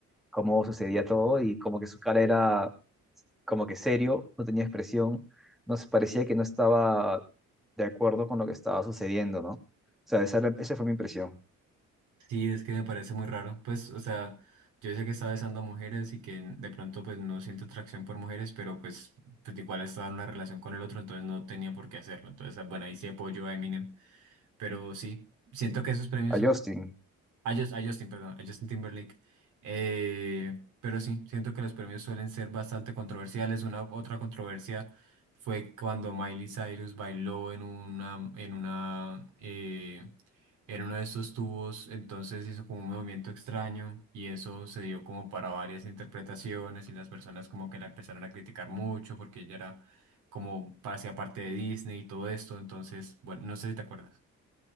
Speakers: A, in the centre; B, on the right (about 80°).
A: cómo sucedía todo y como que su cara era como que serio, no tenía expresión, no se parecía que no estaba de acuerdo con lo que estaba sucediendo, ¿no? O sea, esa, era- esa fue mi impresión.
B: Sí, es que me parece muy raro. Pues, o sea, yo sé que está besando a mujeres y que de pronto pues no siento atracción por mujeres, pero pues, pues igual estaba en una relación con el otro, entonces no tenía por qué hacerlo. Entonces, ah, bueno, ahí sí apoyo a Eminem. Pero sí, siento que esos premios
A: A Justin.
B: a Jus- a Justin, perdón, a Justin Timberlake. Eh, pero sí, siento que los premios suelen ser bastante controversiales. Una otra controversia fue cuando Miley Cyrus bailó en una, en una, eh, en uno de esos tubos, entonces hizo como un movimiento extraño y eso se dio como para varias interpretaciones y las personas como que la empezaron a criticar mucho porque ella era como hacía parte de Disney y todo esto. Entonces, bueno, no sé si te acuerdas.